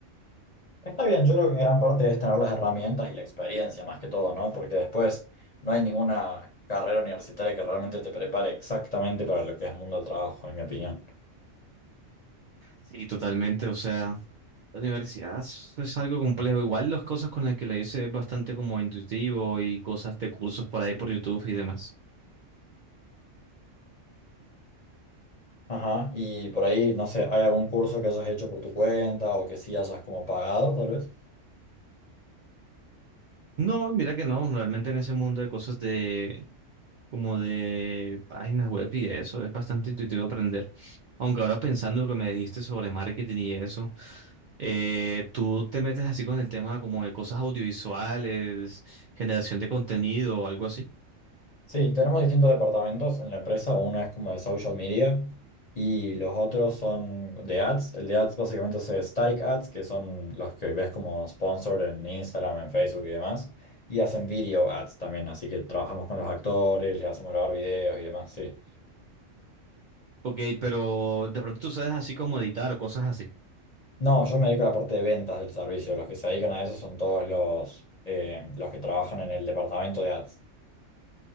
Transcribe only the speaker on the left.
Está bien, yo creo que gran parte es tener las herramientas y la experiencia más que todo, ¿no? Porque después no hay ninguna carrera universitaria que realmente te prepare exactamente para lo que es el mundo del trabajo, en mi opinión.
Ajá, y por ahí, no sé, ¿hay algún curso que hayas hecho por tu cuenta o que sí hayas como pagado, tal vez?
Sí, tenemos distintos departamentos en la empresa. Uno es como de social media y los otros son de ads. El de ads básicamente es eh, static ads, que son los que ves como sponsor en Instagram, en Facebook y demás. Y hacen video ads también, así que trabajamos con los actores, les hacemos grabar videos y demás, sí.
No, yo me dedico a la parte de ventas del servicio. Los que se dedican a eso son todos los, eh, los que trabajan en el departamento de ads.